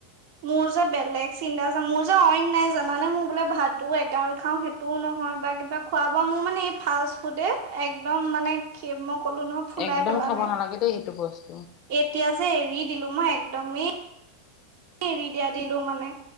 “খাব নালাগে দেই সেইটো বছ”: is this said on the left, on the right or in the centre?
Left